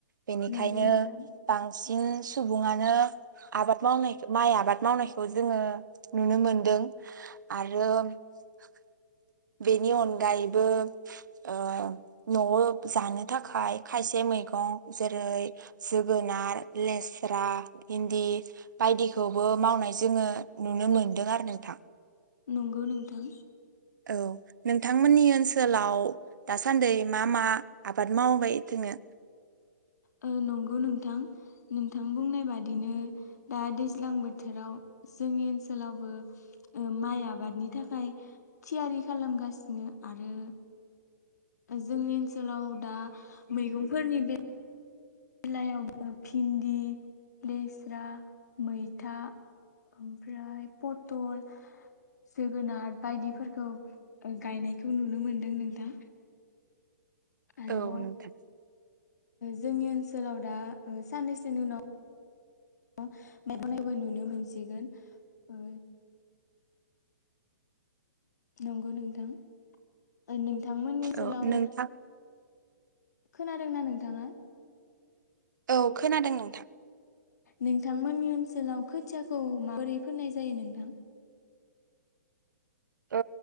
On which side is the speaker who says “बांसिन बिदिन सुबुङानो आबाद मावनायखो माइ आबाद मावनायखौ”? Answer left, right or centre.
Right